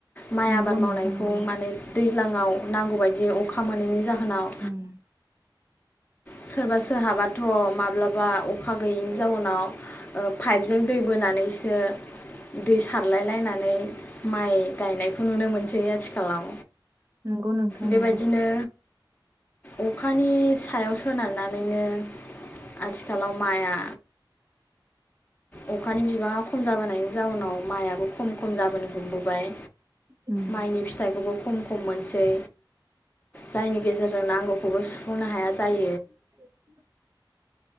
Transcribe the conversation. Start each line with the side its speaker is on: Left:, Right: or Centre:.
Left: माइ
Right: नंगौ
Left: आबाद मावनायखौ
Right: नोंथां नंगौ
Left: माने दै दैज्लाङाव नांगौ बायदियै अखा मोनैनि जाहोन नाव
Right: उम
Left: सोरबा सोरहाबाथ' माब्लाबा अखा गैयैनि जाउनाव पाइपजों दै बोनानै ओ दै सारलाय लायनानै माइ गायनायखौ नुनो मोनसै आथिखालाव
Right: नंगौ नोंथां
Left: बेबायदिनो
Right: नंगौ।
Left: अखानि सायाव सोनारनानैनो आथिखालाव माइआ अखानि बिबाङा खम जाबोनायनि जाउनाव माइआबो खम खम जाबोनो हमबोबाय
Right: उम
Left: माइनि फिथाइखौबो खम खम मोनसै जायनि गेजेरजों नांगौखौबो सुफुंनो हाया जायो।
Right: <unintelligible>